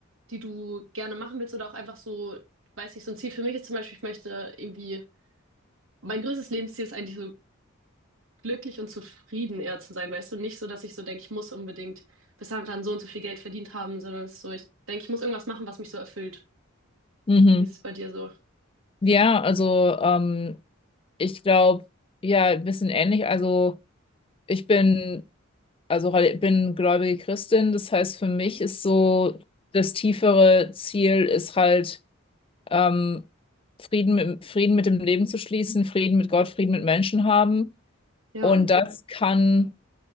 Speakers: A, on the right; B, on the left.
A: die du gerne machen willst oder auch einfach so, weiß nicht, so ein Ziel für mich ist zum Beispiel, ich möchte irgendwie, mein größtes Lebensziel ist eigentlich so glücklich und zufrieden eher zu sein, weißt du, nicht so, dass ich so denke, ich muss unbedingt bis dann und dann so und so viel Geld verdient haben, sondern es ist so, ich denke, ich muss irgendwas machen, was mich so erfüllt.
B: Mhm.
A: Wie ist es bei dir so?
B: Ja, also ähm, ich glaube, ja, ein bisschen ähnlich. Also ich bin, also halt- bin gläubige Christin. Das heißt, für mich ist so das tiefere Ziel ist halt ähm, Frieden mit, Frieden mit dem Leben zu schließen, Frieden mit Gott, Frieden mit Menschen haben.
A: Ja,
B: Und das kann